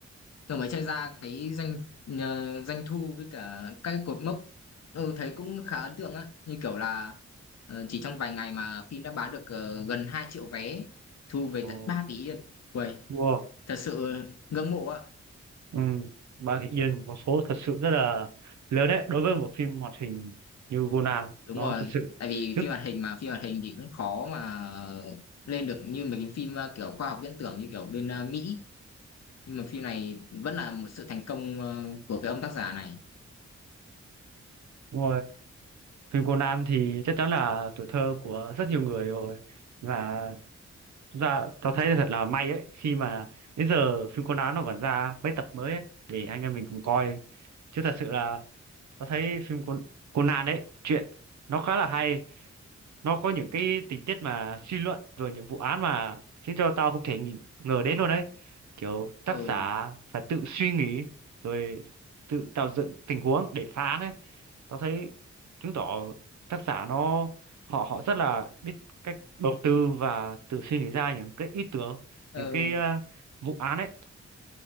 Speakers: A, on the left; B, on the right.
A: tôi mới chơi ra cái doanh nhờ- doanh thu với cả các cái cột mốc ừ, thấy cũng khá ấn tượng á như kiểu là ờ, chỉ trong vài ngày mà phim đã bán được ờ, gần hai triệu vé thu về
B: ờ,
A: tận ba tỷ yên Uầy,
B: wow.
A: thật sự ngưỡng mộ á
B: Um, Bà Thị Yên có số thật sự rất là lớn đấy đối với một phim hoạt hình như Conan
A: đúng
B: nó
A: rồi
B: thật sự
A: tại vì
B: rất
A: phim hoạt hình mà phim hoạt hình thì cũng khó mà lên được như mấy cái phim ờ, kiểu khoa học viễn tưởng như kiểu bên ờ, Mỹ nhưng mà phim này vẫn là một sự thành công ờ, của cái ông tác giả này
B: um, Phim Conan thì chắc chắn là tuổi thơ của rất nhiều người rồi và chúng ta tao thấy thật là may ấy khi mà đến giờ phim Conan nó vẫn ra mấy tập mới ấy, để anh em mình cùng coi chứ thật sự là tao thấy phim Con- Conan ấy chuyện nó khá là hay nó có những cái tình tiết mà suy luận rồi những vụ án mà khiến cho tao không thể nghĩ- ngờ đến luôn đấy. kiểu tác
A: ừ
B: giả phải tự suy nghĩ rồi tự tạo dựng tình huống để phá án ấy tao thấy chứng tỏ tác giả nó họ họ rất là biết cách đầu tư và tự suy nghĩ ra những cái ý tưởng
A: ừ
B: những cái ờ, vụ án ấy